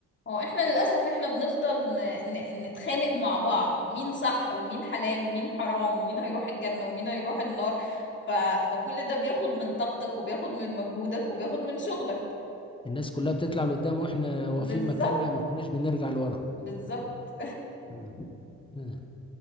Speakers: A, on the left (about 40°); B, on the left (about 15°).
A: هو احنا للأسف احنا بنفضل ن... ن... نتخانق مع بعض مين صح ومين حلال ومين حرام ومين هيروح الجنة ومين هيروح النار ف... فكل ده بياخد من طاقتك وبياخد من مجهودك وبياخد من شغلك
B: الناس كلها بتطلع لقدام واحنا واقفين
A: بالظبط
B: مكاننا ما كناش بنرجع لورا
A: بالظبط
B: مم. مم.